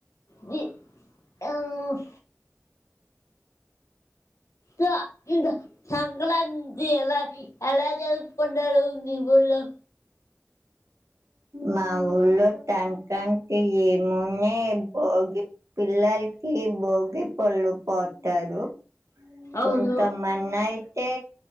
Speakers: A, on the left; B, on the right.
A: జి యాల్ దా ఇంద సంగలాంతి ఎలా ఎలా జరుపు కొన్టారు మీ ఉల్లో
B: మా ఊళ్ళో టంకాంత్ తీ ఈ మొన్నే భోగి పిల్లల్కి భోగి పళ్ళు పోతారు. కొంతమంన్నాయిత్
A: అవును
B: తే